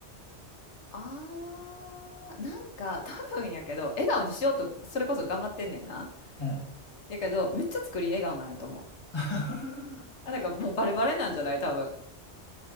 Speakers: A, on the left; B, on the left.
A: あー、なんか多分やけど、笑顔にしようと、それこそ頑張ってんねんな。
B: うん。
A: やけど、めっちゃ作り笑顔なんやと思う。
B: <laughs>
A: あ、なんかもうバレバレなんじゃない多分。